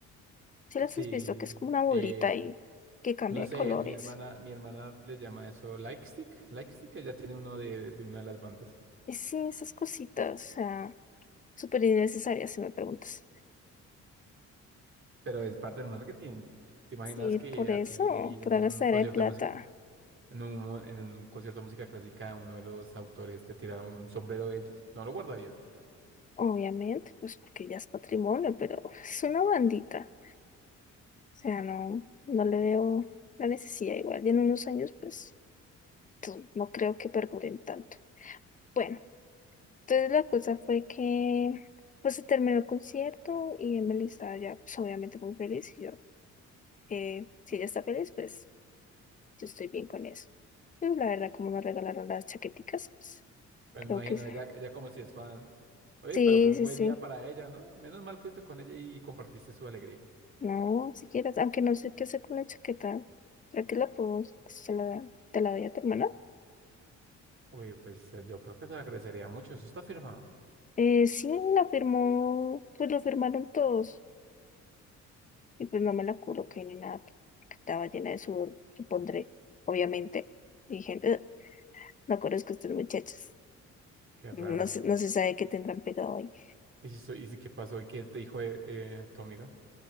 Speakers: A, on the left; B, on the right.
A: si las
B: Sí,
A: has visto, que es como una bolita
B: eh,
A: y que cambia
B: no
A: de
B: sé,
A: colores.
B: mi hermana, mi hermana le llama eso like stick, like stick, ella tiene uno de, de una de las bandas,
A: Y sí, esas cositas, o sea, súper innecesarias si me preguntas.
B: pero es parte del marketing. ¿Te imaginas
A: Sí,
B: que
A: por eso,
B: a ti
A: pura
B: en un
A: gastadera
B: concierto
A: de plata,
B: de música, en un, en un concierto de música clásica, uno de los autores te tirara un sombrero de ellos? ¿No lo guardarías?
A: obviamente, pues porque ya es patrimonio, pero <laughs> es una bandita. O sea, no, no le veo la necesidad igual. Y en unos años, pues, tú- no creo que perduren tanto. Bueno. Entonces la cosa fue que pues se terminó el concierto y Emily estaba ya pues, obviamente muy feliz y yo, eh, si ella está feliz, pues yo estoy bien con eso. Y pues, la verdad, como nos regalaron las chaqueticas, pues
B: Pues
A: creo
B: me imagino,
A: que sí,
B: ella, ella como si es fan. Oye,
A: sí,
B: pero fue un
A: sí.
B: buen
A: sí.
B: día para ella, ¿no? Menos mal fuiste con ella y compartiste su alegría.
A: No, si quieres, aunque no sé qué hacer con la chaqueta, ¿será que la puedo, se la, te la doy a tu hermana?
B: Uy, pues eh, yo creo que se agradecería mucho. Eso está firmado.
A: Eh, sí, la firmó, pues lo firmaron todos y pues no me la coloqué ni nada, porque estaba llena de sudor, supondré, obviamente. Dije, "Ugh". No conozco a estas muchachas
B: Qué
A: No
B: raro.
A: se, no se sabe qué tendrán pegado ahí.
B: ¿Y, si so- y si qué pasó? ¿Y qué te dijo eh, eh, tu amiga?